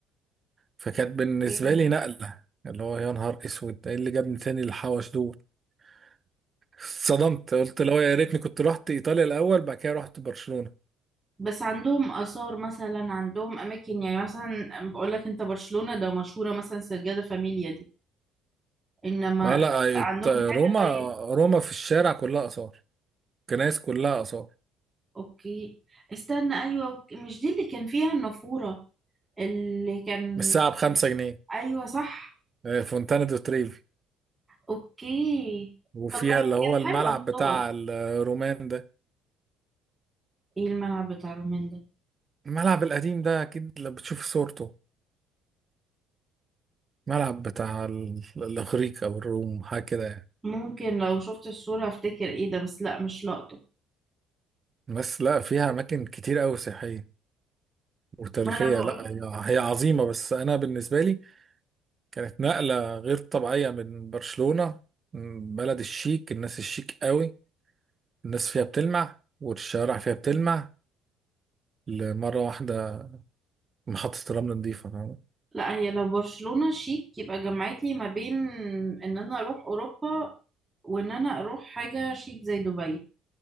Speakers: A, on the right (about 35°); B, on the right (about 15°).
A: فكانت بالنسبة
B: اوكي
A: لي نقلة اللي هو يا نهار اسود ايه اللي جابني تاني الحوش دول <laughs> اتصدمت قلت لو يا ريتني كنت رحت ايطاليا الاول بعد كده رحت برشلونة
B: بس عندهم آثار مثلا عندهم أماكن يعني مثلا بقول لك أنت برشلونة ده مشهورة مثلا سرجادة فاميليا دي إنما
A: ما لا الت-
B: عندهم
A: روما
B: حاجة طيب
A: روما في الشارع كلها آثار كنايس كلها آثار
B: أوكي استنى أيوة أوكي. مش دي اللي كان فيها النافورة اللي كان
A: بالساعة بخمسة جنيه
B: أيوة صح
A: آه، فونتانا دو تريفي
B: أوكي
A: وفيها
B: طب ما
A: اللي هو
B: كان
A: الملعب
B: حلو الصور
A: بتاع الرومان ده
B: إيه الملعب بتاع رومين ده
A: الملعب القديم ده أكيد لو بتشوف صورته ملعب بتاع ال- الإغريق أو الروم حاجة كده يعني
B: ممكن لو شفت الصورة افتكر ايه ده بس لا مش لقطة
A: بس لا فيها أماكن كتير أوي سياحية وتاريخية
B: ما انا بقول
A: لا
B: لك
A: هي هي عظيمة بس أنا بالنسبة لي كانت نقلة غير طبيعية من برشلونة من بلد الشيك الناس الشيك قوي الناس فيها بتلمع والشوارع فيها بتلمع لمرة واحدة محطة الرمل نظيفة فاهم
B: لا هي لو برشلونة شيك يبقى جمعت لي ما بين ان انا اروح اوروبا وان انا اروح حاجة شيك زي دبي